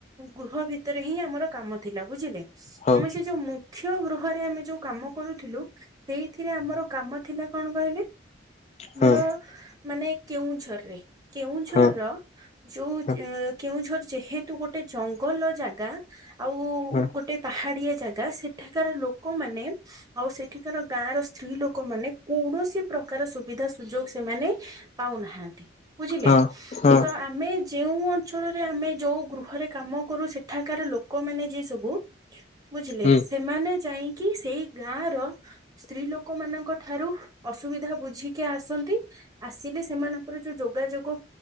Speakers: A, on the right; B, on the left.
A: ଗୃହ ଭିତରେ ହିଁ ଆମର କାମ ଥିଲା ବୁଝିଲେ
B: ହଁ
A: ଆମେ ସେ ଯୋଉ ମୁଖ୍ୟ ଗୃହରେ ଆମେ ଯୋଉ କାମ କରୁଥିଲୁ ସେଇଥିରେ ଆମର କାମ ଥିଲା କଣ କହିଲେ? ଆମର
B: ହଁ
A: ମାନେ କେଉଁଝରରେ କେଉଁଝର
B: ହଁ
A: ର ଯୋଉ
B: ହଁ
A: କେଉଁଝର ଯେହେତୁ ଗୋଟେ ଜଙ୍ଗଲ ଜାଗା ଆଉ
B: ହଁ
A: ଗୋଟେ ପାହାଡିଆ ଜାଗା ସେଠାକାର ଲୋକମାନେ ଆଉ ସେଠିକାର ଗାଁ ର ସ୍ତ୍ରୀ ଲୋକ ମାନେ କୌଣସି ପ୍ରକାର ସୁବିଧା ସୁଯୋଗ ସେମାନେ ପାଉନାହାନ୍ତି ବୁଝିଲେ।
B: ହଁ ହଁ
A: ତ ଆମେ ଯେଉଁ ଅଞ୍ଚଳରେ ଆମେ ଯୋଉ ଗୃହରେ କାମ କରୁ ସେଠାକାର ଲୋକମାନେ ଯିଏ ସବୁ ବୁଝିଲେ
B: ହୁଁ
A: ସେମାନେ ଯାଇଁକି ସେଇ ଗାଁ ର ସ୍ତ୍ରୀ ଲୋକ ମାନଙ୍କ ଠାରୁ ଅସୁବିଧା ବୁଝିକି ଆସନ୍ତି ଆସିଲେ ସେମାନଙ୍କର ଯୋଉ ଯୋଗାଯୋଗ